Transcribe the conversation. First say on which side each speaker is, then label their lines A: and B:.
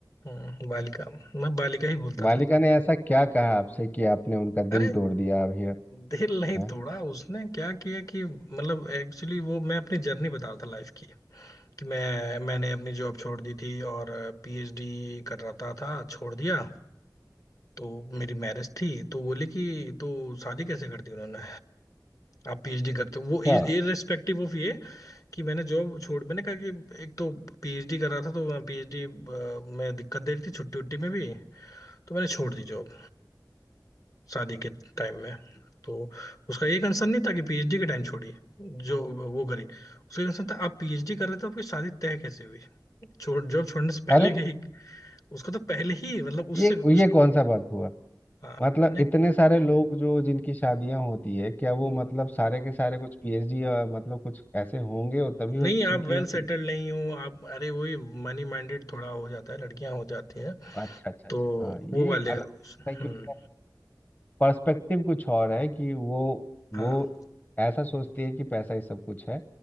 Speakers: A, on the left; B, on the left.
A: हम्म, बालिका मैं बालिका ही बोलता
B: बालिका
A: था
B: ने ऐसा क्या कहा आपसे कि आपने उनका
A: अरे
B: दिल तोड़ दिया अभी
A: दिल
B: हाँ
A: नहीं तोड़ा उसने क्या किया कि मतलब एक्चुअली वो मैं अपनी जर्नी बता रहा था लाइफ की कि मैं मैंने अपनी जॉब छोड़ दी थी और पीएचडी कर रहा था, था छोड़ दिया तो मेरी मैरिज थी तो बोले कि तो शादी कैसे कर दी उन्होंने आप पीएचडी करते हो वो
B: क्या
A: इररिस्पेक्टिव
B: बात
A: ऑफ ये कि मैंने जॉब छोड़ मैंने कहा कि एक तो पीएचडी कर रहा था तो पीएचडी में दिक्कत दे रही थी छुट्टी उट्टी में भी तो मैंने छोड़ दी जॉब शादी के टाइम में तो उसका ये कंसर्न नहीं था कि पीएचडी के टाइम छोड़ी जो वो करी उसका कंसर्न था आप पीएचडी कर रहे थे तो आपकी शादी तय कैसे हुई छोड़ जॉब छोड़ने से
B: अरे
A: पहले के ही उसका तो पहले ही मतलब
B: ये
A: उससे उस
B: ये कौन सा बात हुआ
A: हाँ
B: मतलब
A: मैंने
B: इतने सारे लोग जो जिनकी शादियां होती है क्या वो
A: हाँ।
B: मतलब सारे के सारे कुछ पीएचडी और मतलब कुछ ऐसे होंगे और तभी हो,
A: नहीं आप
B: उनकी
A: वेल
B: होती
A: सेटल्ड
B: है
A: नहीं हो आप अरे वही मनी माइंडेड थोड़ा हो जाता है लड़कियां हो जाती हैं
B: अच्छा अच्छा
A: तो
B: अच्छा हाँ ये
A: वो वाले
B: अलग
A: हम्म
B: हो सकता है कि उनका पर्सपेक्टिव कुछ और है कि वो वो
A: हाँ
B: ऐसा सोचती है कि पैसा ही सब कुछ है